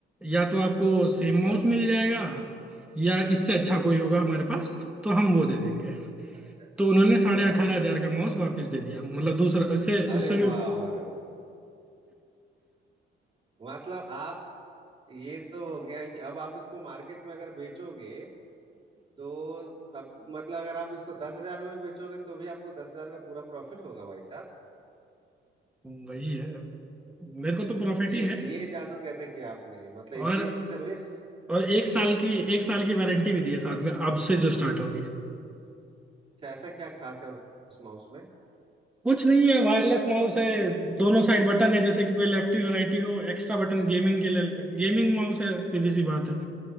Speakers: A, in the centre; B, on the right (about 30°).
A: या तो आपको सेम
B: अच्छा
A: माउस
B: अच्छा
A: मिल जाएगा या इससे अच्छा कोई होगा हमारे पास तो हम वो दे देंगे
B: अच्छा
A: तो उन्होंने
B: क्या
A: साढ़े अठारह
B: बात
A: हजार
B: है
A: का माउस वापस दे दिया मतलब दूसरा उससे
B: अरे
A: उससे
B: वाह
A: भी
B: अरे वाह अरे वाह। मतलब आप ये तो हो गया कि अब आप इसको मार्केट में अगर बेचोगे तो तब मतलब अगर आप इसको दस हजार में भी बेचोगे तो भी आपको दस हजार का पूरा प्रॉफिट होगा भाई
A: <laughs> वही है मेरे को तो प्रॉफिट
B: ये
A: ही है
B: ये जादू कैसे किया आपने मतलब
A: और
B: इतनी अच्छी सर्विस
A: और एक साल की एक साल की वारंटी भी दी है साथ में अब से जो स्टार्ट होगी
B: अच्छा ऐसा क्या खास है उस माउस में
A: कुछ नहीं है वायरलेस माउस है दोनों साइड बटन है जैसे कि कोई लेफ्टी हो राइटी हो एक्स्ट्रा बटन गेमिंग के लिए गेमिंग माउस है सीधी सी बात है